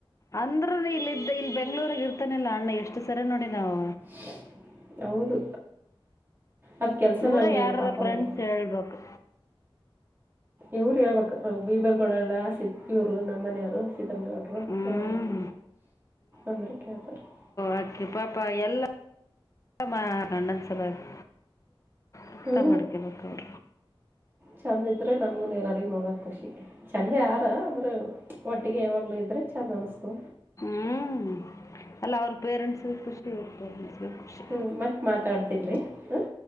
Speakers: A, on the left; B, on the right.
A: ಅಂದ್ರನು ಇಲ್ಲಿದ್ದ ಇಲ್ಲಿ ಬೆಂಗಳೂರಗ ಇರ್ತಾನಿಲ್ಲಾ ಅಣ್ಣ ಎಷ್ಟು ಸರಿ ನೋಡಿ ನಾವು
B: ಹ <inaudible> ಹೌದು ಅದ್ ಕೆಲ್ಸನು
A: ಇವರ
B: ಹಂಗೆ
A: ಯಾರ
B: ಇದೆ ಪಾಪ
A: ಫ್ರೆಂಡ್ಸ್
B: ಅವ್ರಿಗೆ
A: ಹೇಳ್ಬೇಕು
B: ಇವ್ರು ಹೇಳ್ಬೇಕ ಬೀಬರ್ಗಡಲ್ಲ ಸಿ ಇವ್ರು ನಮ್ಮ ಮನೆ ಅವ್ರು ಶ್ಧರಂಗೌಡರು
A: ಹ್ಮ್
B: ಯದಕ್ಕೆ ಅಂದ್ರೆ ಕೇಳ್ತಾರೆ <unintelligible>
A: ಆಕೆ ಪಪಾ ಎಲ್ಲ ಮಾಡಾಳ ಅವರ್ ಅಣ್ಣನ್ ಸಲುವಾಗಿ ಅರ್ಥ
B: ಹ್ಞೂ
A: ಮಾಡ್ಕೊಬೇಕ ಅವ್ರು
B: ಚಂದ ಇದ್ರೆ ನಮ್ಗು ಎಲ್ಲಾರಿಗೂ ನೋಡೋಕ್ ಖುಷಿ ಚೆಂದ ಯಾರ ಅಂದ್ರ ಒಟ್ಟಿಗೆ ಯಾವಾಗ್ಲುೂ ಇದ್ರೆ ಚಂದ ಅನ್ಸ್ತದ
A: ಹ್ಮ್ ಅಲ್ಲ ಅವ್ರ ಪೇರೆಂಟ್ಸ್ಗೆ ಖುಷಿ ಇವ್ರ್ ಪೇರೆಂಟ್ಸ್ಗೆ ಖುಷಿ
B: ಹ್ಮ್ ಮತ್ ಮಾತಾಡ್ತೀನ್ ರಿ ಹ